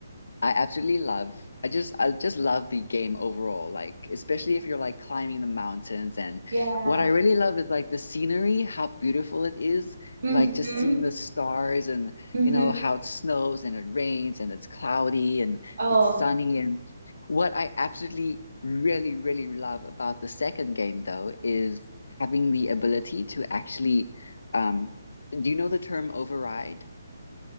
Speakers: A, on the left; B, on the right.
A: I absolutely love. I just I just love the game overall, like especially if you're like climbing the mountains and
B: yeah.
A: what I really love is like the scenery, how beautiful it is,
B: hmm
A: like just seeing the stars and
B: hmm
A: you know how it snows and it rains and it's cloudy and
B: Oh.
A: it's sunny and what I absolutely really really love about the second game though is having the ability to actually um do you know the term override?